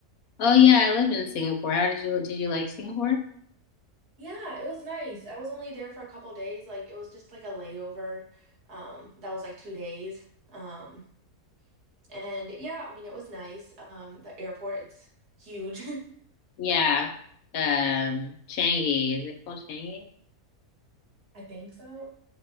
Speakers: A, on the left; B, on the right.
A: Oh yeah, I lived in Singapore. How did you did you like Singapore?
B: Yeah, it was nice. I was only there for a couple days. Like it was just like a layover. Um, that was like two days. Um, and yeah, I mean it was nice. Um, the airport, it's huge. <laughs>
A: Yeah. Um, Changi. Is it called Changi?
B: I think so.